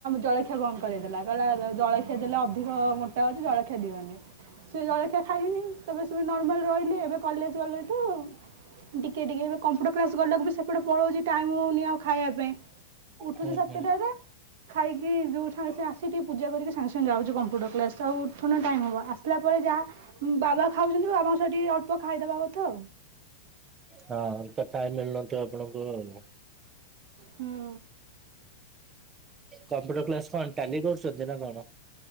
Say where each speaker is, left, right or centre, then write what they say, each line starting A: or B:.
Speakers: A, on the right (about 60°); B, on the right (about 25°).
A: ଜଳଖିଆ ବନ୍ଦ କରେଇଦେଲା କହିଲା ଜଳଖିଆ ଦେଲେ ଅଧିକ ମୋଟା ହ- ସେ ଜଳଖିଆ ଖାଇଲିନି ତାପରେ ସେ ନର୍ମାଲ ରହିଲି। ଏବେ କଲେଜ ଗଲେବି - ଟିକେ ଟିକେ କମ୍ପ୍ୟୁଟର କ୍ଲାସ ଗଲାକୁ ସେପଟେ ପଳଉଛି ଟାଇମ ହଉନି ଆଉ ଖାଇବା ପାଇଁ। ଉଠୁଛି
B: ହୁଁ
A: ସାତଟାରେ।
B: ହୁଁ
A: ଖାଇକି ଯେଉଁ ସାଙ୍ଗେ ସାଙ୍ଗ ଆସିିକି ପୂଜା କରିକି ସାଙ୍ଗେ ସାଙ୍ଗେ ଯାଉଛି କମ୍ପୁଟର କ୍ଲାସ ଆଉ। ନ ଟାଇମ ହବ। ଆସିଲା ପରେ ଯାହା ବାବା ଖାଉଛନ୍ତି। ବାବାଙ୍କ ସହ ଅଳ୍ପ ଖାଇଦବା କଥା ଆଉ।
B: ହଁ ତ ଟାଇମ ମିଳୁନଥିବ ଆପଣଙ୍କୁ ଆଉ।
A: ହୁଁ
B: କମ୍ପ୍ୟୁଟର କ୍ଲାସ କଣ ଟାଲି କରୁଛନ୍ତି ନା କଣ?